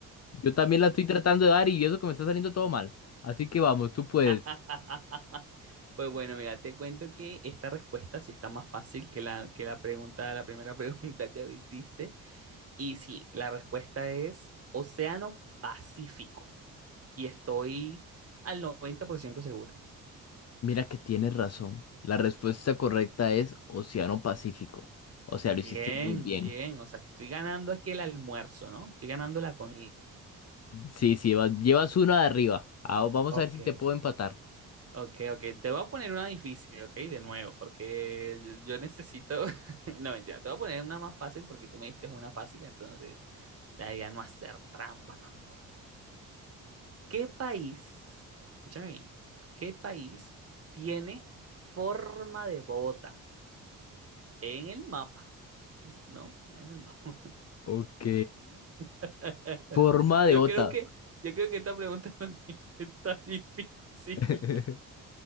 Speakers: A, on the left (about 45°); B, on the right (about 40°).
A: Yo también la estoy tratando de dar y eso que me está saliendo todo mal. Así que vamos, tú puedes.
B: <laughs> Pues bueno, mira, te cuento que esta respuesta sí está más fácil que la, que la pregunta, la primera <laughs> pregunta que me hiciste. Y sí, la respuesta es Océano Pacífico. Y estoy al 90% seguro.
A: Mira que tienes razón. La respuesta correcta es Océano Pacífico. O sea,
B: Bien,
A: lo hiciste muy bien.
B: bien. O sea, que estoy ganando aquí el almuerzo, ¿no? Estoy ganando la comida.
A: Sí, sí, vas- llevas uno de arriba. Ah, vamos
B: Ok,
A: a ver si te puedo empatar.
B: ok, ok. Te voy a poner una difícil, ok, de nuevo, porque yo yo necesito. <laughs> No, mentira. Te voy a poner una más fácil porque tú me diste una fácil, entonces la idea no hacer trampa tampoco. ¿Qué país, escúchame bien, qué país tiene forma de bota? en el mapa, ¿no? En el mapa.
A: Ok.
B: <laughs>
A: Forma de
B: Yo
A: bota.
B: creo que, yo creo que esta pregunta <laughs> también está difícil.
A: <laughs>